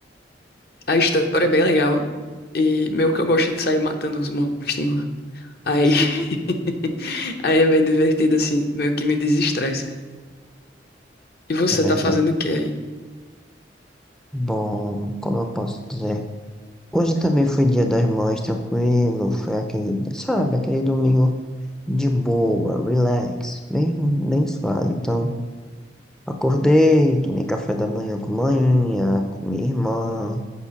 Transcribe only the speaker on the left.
a história é bem legal. E meio que eu gosto de sair matando os monstros né? Aí,
<laughs> aí é bem divertido, assim, meio que me desestressa. E você
tá fazendo o que aí?